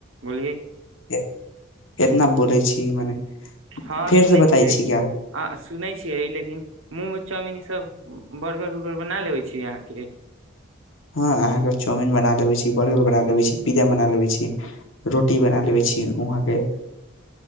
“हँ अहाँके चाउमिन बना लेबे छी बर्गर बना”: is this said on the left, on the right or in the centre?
Left